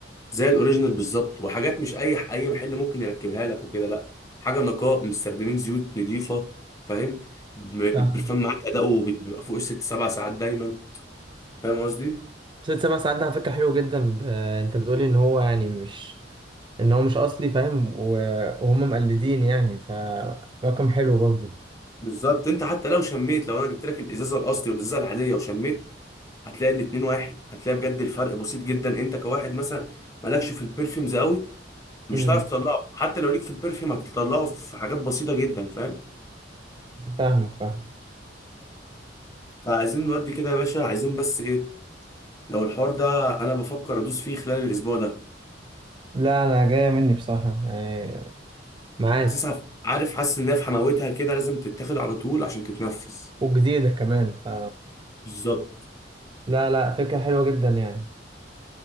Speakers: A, on the left; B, on the right.
A: زي الاوريجينال بالظبط وحاجات مش اي اي محل ممكن يركبها لك وكده لا حاجه نقاء مستخدمين زيوت نظيفه فاهم م- البرفان
B: فاهم
A: معاك اداؤه بي- بيبقى فوق الست سبع ساعات دايما فاهم قصدي
B: ست سبع ساعات ده على فكره حلو جدا ب... انت بتقولي ان هو يعني مش ان هو مش اصلي فاهم و... وهم مقلدين يعني فرقم حلو برضه
A: بالظبط انت حتى لو شميت لو انا جبت لك الازازه الاصلي والازازه العاديه وشميت هتلاقي الاتنين واحد هتلاقي بجد الفرق بسيط جدا انت كواحد مثلا مالكش في البرفيومز قوي مش
B: امم
A: هتعرف تطلعه حتى لو ليك في البرفيوم هتطلعه في حاجات بسيطه جدا فاهم
B: فاهمك فاهم
A: فعايزين نودي كده يا باشا عايزين بس ايه لو الحوار ده انا بفكر ادوس فيه خلال الاسبوع ده
B: لا انا جايه مني بصراحه يعني معاك
A: حاسسها عارف حاسس ان هي في حماوتها كده لازم تتاخد على طول عشان تتنفذ
B: وجديده كمان ف
A: بالظبط
B: لا لا فكره حلوه جدا يعني